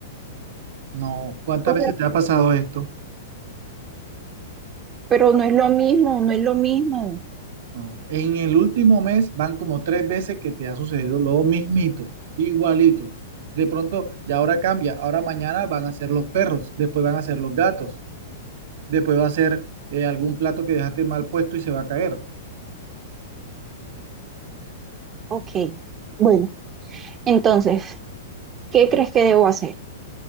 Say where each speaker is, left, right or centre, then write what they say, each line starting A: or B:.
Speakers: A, on the right; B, on the right.
A: No, ¿cuántas
B: Pues,
A: veces te ha pasado esto?
B: Pero no es lo mismo, no es lo mismo.
A: No. En el último mes van como tres veces que te ha sucedido lo mismito, igualito. De pronto, ya ahora cambia, ahora mañana van a ser los perros, después van a ser los gatos, después va a ser eh, algún plato que dejaste mal puesto y se va a caer.
B: Ok, bueno, entonces, ¿qué crees que debo hacer?